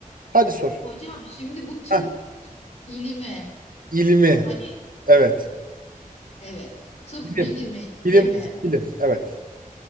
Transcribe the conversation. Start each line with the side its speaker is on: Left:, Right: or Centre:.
Right: Hadi sor.
Left: hocam şimdi bu tıp
Right: Ha,
Left: i- ilimi
Right: ilmi.
Left: hani
Right: Evet.
Left: evet tıp
Right: Bilim.
Left: bilimi ilimi
Right: Bilim kızım. Bilim. Evet.